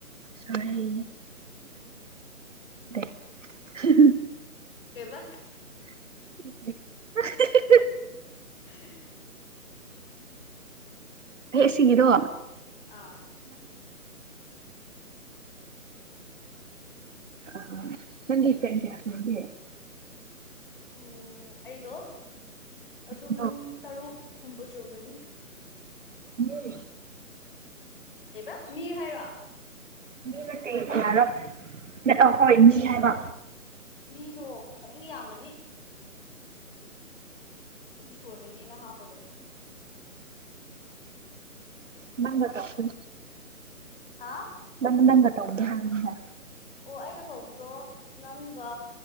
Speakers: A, on the right; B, on the left.
A: ꯁꯥꯏꯌꯦ ꯍꯦ ꯍꯤ
B: ꯀꯩꯕꯥ
A: <inaudible>
B: ꯊꯦ
A: ꯍꯦ ꯁꯤꯡꯒꯤꯗꯣ
B: ꯑꯥ
A: ꯑ ꯅꯪ ꯒꯤ ꯁꯦꯟ ꯀꯌꯥ ꯆꯪꯒꯦ
B: ꯎꯝ ꯑꯩꯗꯣ ꯑꯗꯨꯝ
A: ꯑꯁꯤꯗꯣ
B: ꯇꯔꯨꯛ ꯀꯨꯝꯕꯁꯨꫪꯝꯕꯅꯤ
A: ꯃꯨꯏ
B: ꯀꯩꯕ ꯃꯤꯍꯥꯏꯔꯣ
A: ꯃꯤ ꯅꯠꯇꯦ ꯑ ꯍꯣꯏ ꯃꯤ ꯍꯥꯏꯕ
B: ꯃꯤꯗꯣ ꯈꯤꯇꯪ ꯌꯥꯝꯕꯅꯤ ꯏ ꯐꯨꯔꯃꯤꯅꯤꯅ ꯍꯥꯞꯄꯗꯣ
A: ꯅꯪꯒ ꯁꯕꯝ
B: ꯍꯥꯥ
A: ꯅꯪ ꯅꯪꯒ ꯇꯗꯦ ꯍꯥꯏꯃꯤꯅ
B: ꯑꯣ ꯑꯩꯒ ꯇꯧꯕꯗꯣ ꯅꯪꯒ